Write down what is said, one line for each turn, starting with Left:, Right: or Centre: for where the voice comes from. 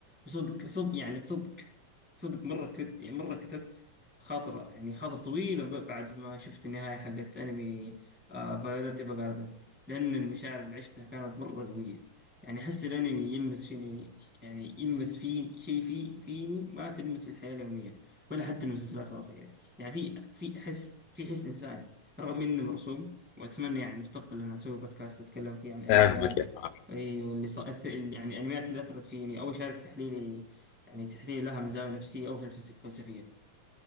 Centre: وصدق صدق يعني صدق صدق مرة كت يعني مرة كتبت خاطرة يعني خاطرة طويلة ب- بعد ما شفت النهاية حقت انمي فايولت ايفا جاردن لان المشاعر اللي عشتها كانت مرة قوية يعني احس الانمي يلمس فيني يعني يلمس في شيء في فيني ما تلمس الحياة اليومية ولا حتى المسلسلات الواقعية يعني في في حس في حس إنساني رغم إنه مرسوم وأتمنى يعني مستقبلا لما أسوي بودكاست أتكلم فيه عن الأنميات
Left: فاهمك يا راجل
Centre: إي، واللي صار أث- يعني الأنميات اللي أثرت فيني أو أشارك تحليلي يعني تحليل لها من زاوية نفسية أو فلس- فلسفية